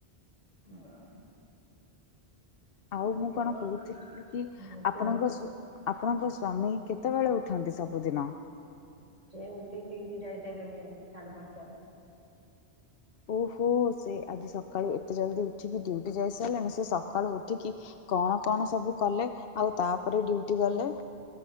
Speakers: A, on the right; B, on the left.
A: ହଁ।
B: ଆଉ ମୁଁ କଣ
A: ହଁ
B: କୋହୁଥୁଲି କି
A: ମୋ
B: ଆପଣଙ୍କ
A: ପୁଅ
B: ସୁ ଆପଣଙ୍କ ସ୍ଵାମୀ କେତେବେଳେ ଉଠନ୍ତି ସବୁଦିନ?
A: ସେ ଉଠିକି ଡ୍ୟୁଟି ଯାଇସାଇଲେଣି ସାଢେ ପାଞ୍ଚଟାରୁ।
B: ଓହୋ ସେ ଆଜି ସକାଳୁ ଏତେ ଜଲଦି ଉଠିକି ଡ୍ୟୁଟି ଯାଇସାଇଲେଣି ସେ ସକାଳୁ ଉଠିକି କଣ କଣ ସବୁ କଲେ ଆଉ ତାପରେ ଡ୍ୟୁଟି ଗଲେ?